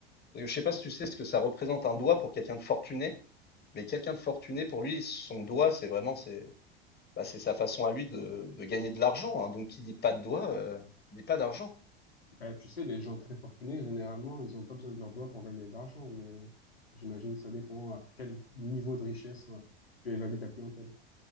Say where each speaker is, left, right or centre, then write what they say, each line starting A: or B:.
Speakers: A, on the left; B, on the left.
A: Parce que Je sais pas si tu sais ce que ça représente un doigt pour quelqu'un de fortuné, mais quelqu'un de fortuné pour lui, son doigt, c'est vraiment, c'est Bah, c'est sa façon à lui de, de gagner de l'argent, hein. Donc, qui dit pas de doigts, euh, dit pas d'argent.
B: Bah, tu sais, les gens très fortunés, généralement, ils ont pas besoin de leurs doigts pour gagner de l'argent, mais j'imagine que ça dépend à quel niveau de richesse euh, tu évalues ta clientèle.